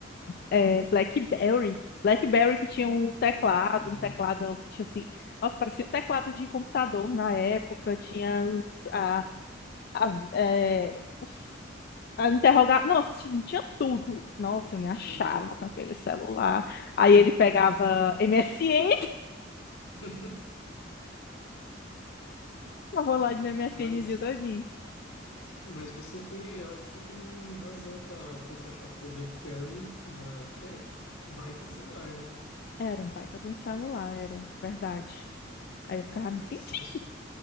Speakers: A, on the left; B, on the left.
A: é, BlackBerry. BlackBerry que tinha um teclado,
B: Uhum,
A: um tecladão que tinha assim. Nossa, parecia o teclado de computador na época. Tinha os, a, a, é, os, a interrogar. Nossa, assim, tinha tudo. Nossa, eu me achava
B: uhum.
A: com aquele celular. Aí ele pegava MSN,
B: <laughs>
A: <laughs> eu vou lá no MSN
B: Mas,
A: o dia todinho.
B: mas você tem, eu acho que você tem razão para para se achar, porque o BlackBerry, na época, era um baita celular, né?
A: Era um baita de um celular, era verdade. Aí eu ficava me sentindo.
B: E que se você,